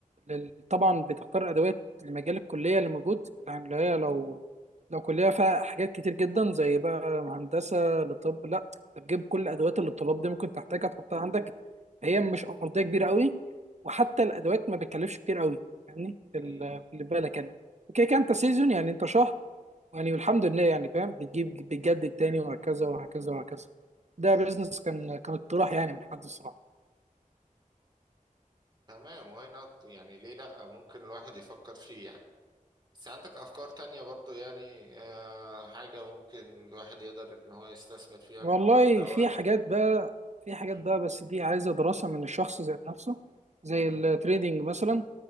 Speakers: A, on the right; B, on the right.
A: لل... طبعا بتختار الادوات لمجال الكليه اللي موجود يعني اللي هي لو لو كليه فيها حاجات كتير جدا زي بقى هندسه لطب لا انت بتجيب كل الادوات اللي الطلاب دي ممكن تحتاجها تحطها عندك هي مش ارضيه كبيره قوي وحتى الادوات ما بتكلفش كتير قوي يعني ال-
B: مم.
A: اللي بالك انا اوكي كان انت سيزون يعني انت شهر يعني والحمد لله يعني فاهم بتجيب بتجدد تاني وهكذا وهكذا وهكذا ده بيزنس كان كان اقتراح يعني من حد الصراحه
B: تمام واي نوت يعني ليه لا ممكن الواحد يفكر فيه يعني بس عندك أفكار تانية برضو يعني آه حاجة ممكن الواحد يقدر إن هو يستثمر فيها
A: والله
B: المبلغ دوت
A: في حاجات بقى في حاجات
B: مم.
A: بقى بس دي عايزة دراسة من الشخص ذات نفسه زي
B: مم.
A: التريدينج مثلا